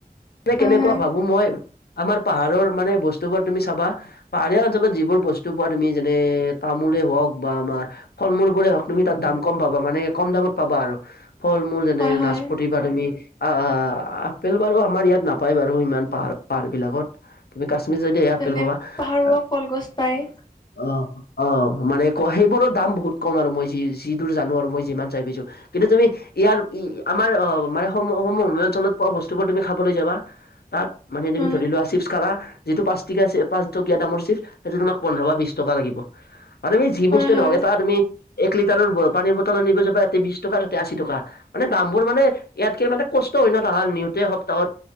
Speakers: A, on the left; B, on the left.
A: হয়
B: কেনেকুৱা
A: হয়
B: ভাবো মই আমাৰ পাহাৰৰ মানে বস্তু বোৰ তুমি চাবা পাহাৰীয়া অঞ্চলত যিবোৰ বস্তু পোৱা তুমি যেনে, তামোলে হওক বা আমাৰ ফল মূল বোৰে হওক তুমি তাৰ দাম কম পাবা মানে কম দামত পাবা আৰু ফল মূল যেনে
A: হয় হয়
B: নাচ প্ৰতিবা তুমি আহ আপেল বাৰু আমাৰ ইয়াত নাপায় বাৰু ইমান পাহাৰ পাহাৰ বিলাকত তুমি কাশ্মিৰ যদি আপেল
A: যেনে
B: পাবা
A: পাহাৰৱা কলগছ পায়।
B: অ' অ' মানে সেইবোৰৰ দাম বহুত কম আৰু মই যি যি দোৰ জানো আৰু মই যিমান চাই পাইছো কিন্তু তুমি ইয়াৰ আমাৰ আহ মানে সম সম অঞ্চলত পোৱা বস্তুবোৰ তুমি খাবলৈ যাবা তাত মানে তুমি
A: হয়
B: ধৰি লোৱা চিপছ খা যিটো পাঁচ টকীয়া পাঁচটকীয়া দামৰ চিপছ সেইটো তোমাক ৰবা বিশ টকা লাগিব আৰু তুমি যি
A: হয়
B: বস্তুৱে
A: হয়
B: নহওক এটা তুমি এক লিটাৰৰ পানীৰ বটলত নিব যাবা ইয়াতে বিশ টকা এতে আশী টকা মানে দামবোৰ মানে ইয়াতকে মানে কষ্ট হয় নত নিওঁতে সপ্তাহত,